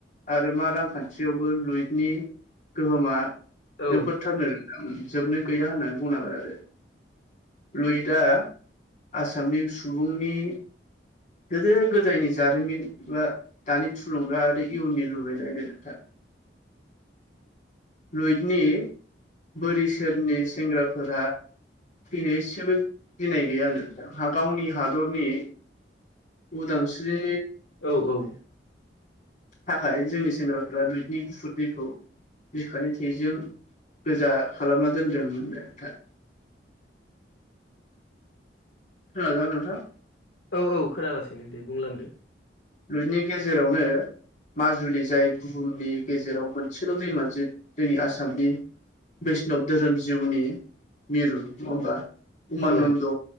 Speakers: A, on the left; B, on the left.
A: आरो मा रांखान्थियावबो लुइथनि गोहोमा
B: औ
A: जोबोदथारनो जोबनो गैया होननानै बुंनांगोन आरो। लुइदआ आसामनि सुबुंनि गोदो गोदायनि जारिमिन बा दानि थुलुंगा आरो इयुननि लुबैनाय गो नोंथां। लुइदनि बोरि सेरनि सेंग्राफोरा फैनोसेबो गिनाय गैया आरो गावनि हादरनि उदांस्रि
B: औ औ
A: थाखाय जोंनि सेंग्राफ्रा लुइदनि गुफुर <unintelligible> दैखौ बिखानि थैजों गोजा खालामना दोनदोंमोन <unintelligible> खोनादोंना नोंथां?
B: औ औ खोनागासिनो दे बुंलांदो।
A: लुइतनि गेजेरावनो माजुलि जाय बुहुमनि गेजेराव मोनसेल' दैमा जि दै आसामनि बैष्णब धोरोम जिउनि मिरु नङा ओमबा उमान्द
B: औ